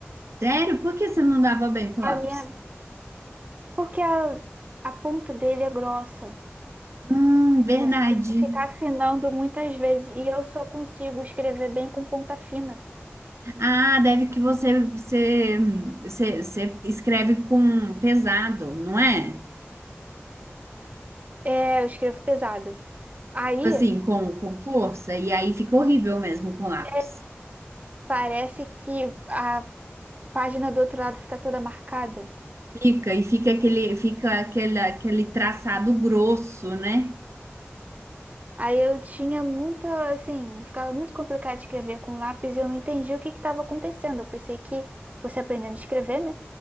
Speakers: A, on the right; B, on the right.
A: Sério? Por que você não dava bem com lápis?
B: A minha, porque a, a ponta dele é grossa.
A: Hum, verdade.
B: Você tem que ficar afinando muitas vezes e eu só consigo escrever bem com ponta fina.
A: Ah, deve que você, você, você, você escreve com pesado, não é?
B: É, eu escrevo pesado. Aí,
A: Assim, com, com força, e aí fica horrível mesmo com lápis.
B: é, parece que a página do outro lado fica toda marcada.
A: Fica, e fica aquele, fica aquele, aquele traçado grosso, né?
B: Aí eu tinha muita, assim, ficava muito complicado de escrever com lápis e eu não entendi o que que estava acontecendo. Eu pensei que você aprendendo a escrever, né?